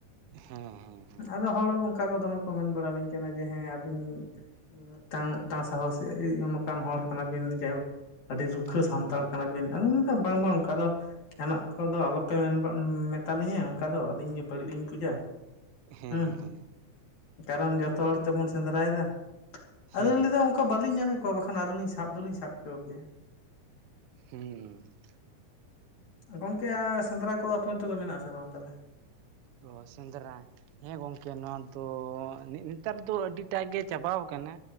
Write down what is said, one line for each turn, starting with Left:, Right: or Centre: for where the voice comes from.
Right: ᱦᱮᱸ ᱦᱮᱸ, ᱦᱮᱸ ᱦᱮᱸ
Left: ᱟᱫᱚ ᱦᱚᱲ ᱚᱱᱠᱟ ᱠᱚ ᱫᱚᱢᱮ ᱠᱚ ᱢᱮᱱ ᱵᱟᱲ ᱟᱞᱤᱧ ᱠᱟᱱᱟ ᱡᱮ ᱦᱮᱸ ᱟᱹᱵᱤᱱ ᱢᱤᱫ ᱴᱟᱝ ᱢᱤᱫ ᱴᱟᱝ ᱥᱟᱦᱚᱥ ᱚᱱᱠᱟᱱ ᱦᱚᱲ ᱠᱟᱱᱟ ᱵᱤᱱ ᱡᱟᱭ ᱦᱳᱠ, ᱟᱹᱰᱤ ᱨᱩᱠᱷᱟᱹ
Right: ᱦᱚᱸ
Left: ᱥᱟᱱᱛᱟᱲ ᱠᱟᱱᱟ ᱵᱤᱱ ᱟᱫᱚᱧ ᱢᱮᱱ ᱫᱟ ᱵᱟᱝ ᱵᱟᱝ ᱚᱱᱠᱟ ᱫᱚ, ᱡᱟᱦᱟᱱᱟᱜ ᱠᱚᱫᱚ ᱟᱞᱚᱯᱮ ᱢᱮᱱ ᱢᱮᱛᱟ ᱞᱤᱧᱟ ᱚᱱᱠᱟ ᱫᱚ ᱟᱹᱞᱤᱧ ᱜᱮ ᱵᱟᱲᱤᱡ ᱞᱤᱧ ᱯᱩᱡᱟ
Right: ᱦᱮᱸ
Left: ᱦᱩᱸ᱾
Right: ᱦᱮᱸ
Left: ᱠᱟᱨᱚᱱ ᱡᱚᱛᱚ ᱦᱚᱲ ᱛᱮᱵᱚᱱ ᱥᱮᱸᱫᱽᱨᱟᱭᱮᱫᱟ᱾
Right: ᱦᱮᱸ
Left: ᱟᱫᱚᱧ ᱞᱟᱹᱭ ᱫᱟ ᱚᱱᱠᱟ ᱵᱟᱹᱞᱤᱧ ᱧᱟᱢᱮᱫ ᱠᱚᱣᱟ ᱵᱟᱠᱷᱟᱱ ᱟᱨᱚ ᱞᱤᱧ ᱥᱟᱵ ᱫᱚ ᱞᱤᱧ ᱥᱟᱵ ᱦᱚᱪᱚ ᱠᱮᱭᱟ,
Right: ᱦᱮᱸ ᱦᱩᱸ
Left: ᱜᱚᱝᱠᱮ ᱟᱨ ᱥᱮᱸᱫᱽᱨᱟ ᱠᱚ ᱟᱯᱮ ᱚᱱᱛᱮᱫᱚ ᱢᱮᱱᱟᱜ ᱟᱥᱮ ᱵᱟᱝ ᱛᱟᱦᱞᱮ,
Right: ᱚ ᱥᱮᱸᱫᱨᱟ, ᱦᱮᱸ ᱜᱚᱝᱠᱮ ᱱᱚᱣᱟ ᱫᱚ ᱱᱮᱜ ᱱᱮᱛᱟᱨ ᱫᱚ ᱟᱹᱰᱤᱴᱟᱜ ᱜᱮ ᱪᱟᱵᱟᱣ ᱠᱟᱱᱟ,